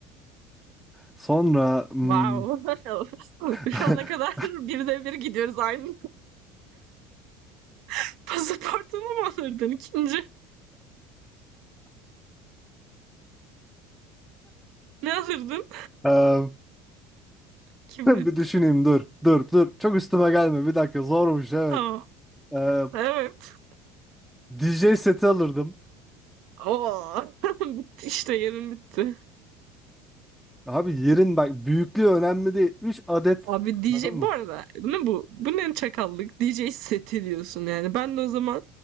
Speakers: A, in the centre; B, on the right (about 65°).
A: Sonra hmm,
B: Wow. <laughs> Şu
A: <laughs>
B: ana kadar <laughs> bir de bir gidiyoruz aynı. <laughs> Pasaportunu mu alırdın ikinci? Ne alırdın?
A: Eee,
B: Kibrit.
A: bir düşüneyim dur. Dur dur. Çok üstüme gelme. Bir dakika zormuş evet.
B: Tamam.
A: Ee,
B: Evet.
A: D J seti alırdım.
B: Oo. <laughs> Bitti işte yerin bitti.
A: Abi yerin bak büyüklüğü önemli değil. üç adet
B: Abi
A: anladın
B: DJ
A: mı?
B: bu arada ne bu? Bu ne çakallık? DJ seti diyorsun yani. Ben de o zaman